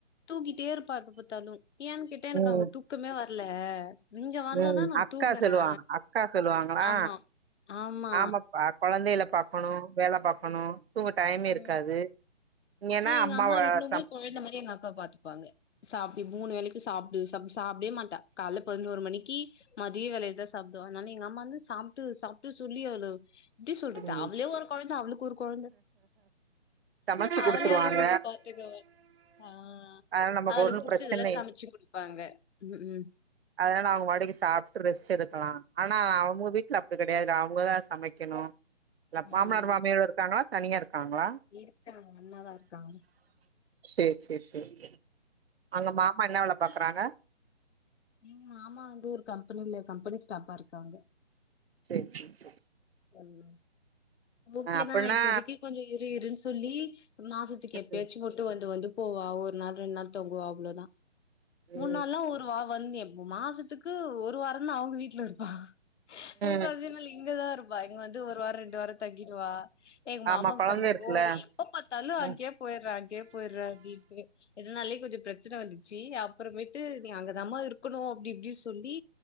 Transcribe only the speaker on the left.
தூங்கிட்டே இருப்பா எப்ப பாத்தாலு ஏன்னு கே எனக்கு
அங்க தூக்கமே வரல இங்க வந்தாதா
நா
தூங்கறே
ஆமா ஆமா
ம்
ஆனா எங்க
அம்மா இன்னுமே
கொழந்த மாறி எங்க அக்காவ பாத்துக்கு ப்பாங்க சோ அப்டி மூணு வேலைக்கு சாப்டு சாப் சாப்டவே மாட்டா கால்ல பதினோரு மணிக்கி மதிய வேலைல தா சாப்டுவ ஆனானு எங்க அம்மா வந்து சாப்ட்டு சாப்ட்டு சொல்லி அவள எப்டி சொல்றது
அவ்ளே ஒரு கொழந்த அவ்ளுக்கு ஒரு கொழந்த
அவள
அவங்கவங்க பாத்துக்க வ ஆ
அவளுக்கு
புடிச்சதெல்லா
சமச்சு குடுப்பாங்க ம் ம்
ம்
இருக்காங்க ஒன்னாதா இருக்காங்க
எங்க மாமா வந்து ஒரு கம்பெனில கம்பெனி ஸ்டாப்பா இருக்காங்க
ஒன்னா ஓகேதா
இப்போதைக்கு கொஞ்சோ இரு இருன் சொல்லி மாசத்துக்கு எப்பயாச்சு
போட்டு வந்து வந்து போவா ஒரு நாள் ரெண்டு நாள் தங்குவா அவ்ளோதா
மூண் நாள்லா ஒரு வா வந்தேப்போ மாசத்துக்கு ஒரு வாரோதா அவுங்க வீட்ல இருப்பா உ பாதி
நாள் இங்கதா இருப்பா இங்க வந்து ஒரு வாரோ ரெண்டு வாரோ தக்கிடுவா எங்க மாமாக்கு
செம
கோவொ வரு எப்ப பத்தாலு
அங்கயே போயர்றா அங்கயே போயர்றா அப்டின்டு இதுனாலயே கொஞ்சோ ப்ரச்சன வந்துச்சு அப்புறமேட்டு நீ அங்கதமா இருக்கணு அப்டி இப்டி சொல்லி